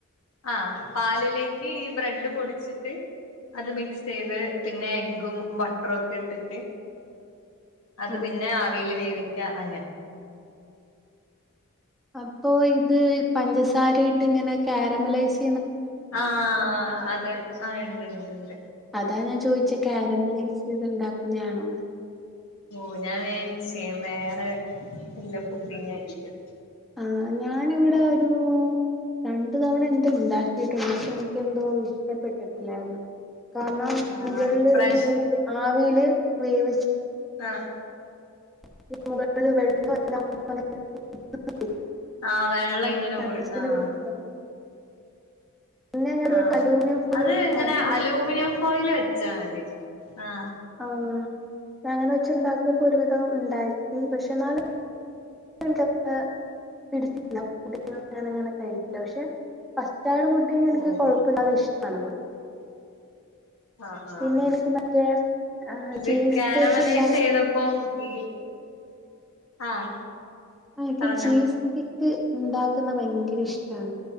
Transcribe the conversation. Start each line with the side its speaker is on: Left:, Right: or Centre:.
Left: ആ പാലിലേ ക്കീ ബ്രെഡ് പൊടിച്ചിട്ട് അത് മിക്സ് ചെയ്ത് പിന്നെ എഗ്ഗും ബട്ടറും ഒക്കെ ഇട്ടിട്ട് അത്
Centre: ഓ
Left: പിന്നെ ആവീല് വേവിക്ക അങ്ങനെ
Centre: അപ്പൊ ഇത് പഞ്ചസാരയിട്ട്ങ്ങനെ ക്യാരമലൈസ്
Left: ആഹ് അത് ആ ഇണ്ട് ഇണ്ട് ഇണ്ട്
Centre: അതാ ഞാൻ ചോയിച്ചെ ക്യാരമലൈസെയ്ത് ഇണ്ടാക്കുന്ന ആണോന്ന്
Left: ഓ ഞാൻ വിയാര്ച്ചേ വേറെ വല്ല ഫുഡിങ്ങും ആയിരിക്കുംന്ന്
Centre: ആ ഞാനിവിടെ ഒരു രണ്ട് തവണ എന്തോ ഉണ്ടാക്കി പക്ഷെ എനിക്കെന്തോ ഇഷ്ടപ്പെട്ടിട്ടില്ലാരുന്നു കാർണം
Left: ആ
Centre: മുകളില്
Left: അത് പ്രശ്
Centre: ഇങ്ങനെ ആവിയില് വേവിച്ച്
Left: ആഹ്
Centre: <unintelligible>
Left: ആഹ് വെള്ളം ഇങ്ങനെ
Centre: മനസ്സിന്
Left: ഊറി ആഹ്
Centre: പിടിക്ക പിന്നെ ഞാനൊരു
Left: ആഹ്
Centre: അലൂമിനിയം ഫോയിൽ
Left: അത്
Centre: വെച്ചുണ്ടാക്കി
Left: ഇങ്ങനെ അലൂമിനിയം ഫോയില് വെച്ചാ മതി ആഹ്
Centre: ആഹ് അങ്ങനെ വെച്ചൊണ്ടാക്കിയപ്പോ ഒരുവിധം ഉണ്ടായി പക്ഷെ എന്നാല് <unintelligible> കഴിക്കില്ല പക്ഷെ <unintelligible> റ്റാടെ കുട്ടീനെ എനക്ക്
Left: ഓഹ്
Centre: കൊഴപ്പഇല്ലാതെ ഇഷ്ടാണ് പോല
Left: ആഹ് ആഹ്
Centre: പിന്നെ എനിക്ക് മറ്റേ
Left: ഇത്
Centre: ചീസ്
Left: ക്യാരമലൈസ്
Centre: കേക്ക് ഉണ്ടാക്കി
Left: ചെയ്തപ്പോ ഈ ആഹ്
Centre: ആ എൻക്
Left: പറഞ്ഞോ
Centre: ചീസ് കേക്ക് ഇണ്ടാക്കുന്ന ഭയ്ങ്കരിഷ്ടാണ്